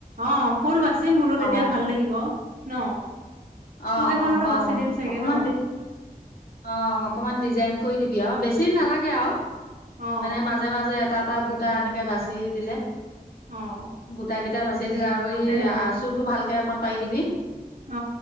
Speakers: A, on the right; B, on the left.
A: অ' ফুল বাচিম বোলো তেতিয়া
B: অ
A: ভাল লাগিব। ন।
B: অ',
A: তোৰ কেইখনতো
B: অ',
A: বাচি
B: অ।
A: দিম চাগে
B: অকমান
A: ন
B: অ' অকমান ডিজাইন কৰি দিবি আৰু বেছি <unintelligible> নালাগে আৰু।
A: অ
B: মানে মাজে-মাজে এটা - এটা বুটা এনেকে বাচি দিলে।
A: অ
B: বুটা কেইটা বাচি দিলে আৰু
A: অ
B: এই
A: তেনে
B: আচুৰটো ভালকে অকণ পাৰি দিবি।
A: অ